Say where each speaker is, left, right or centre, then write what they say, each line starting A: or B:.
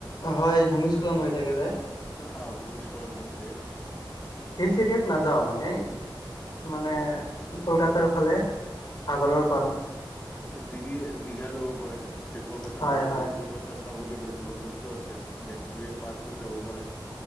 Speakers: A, on the left; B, on the left.
A: হয়, ভূমিস্খলন হৈ থাকে যে।
B: হয়, ভূমিস্খলন হৈ থাকে।
A: হিলছ এৰিয়াত নাযাওঁ। এনেই মানে কলকাতাৰ ফালে সাগৰৰ পাৰ
B: দীঘি-দীঘা যাব পাৰে, এতিয়া কলকাতাৰ
A: হয়
B: ফালে
A: হয়
B: গৈ কলকাতাত চাবলগীয়া বহুত বস্তু আছে, বেক্টৰিয়া পাৰ্কত যাব পাৰে,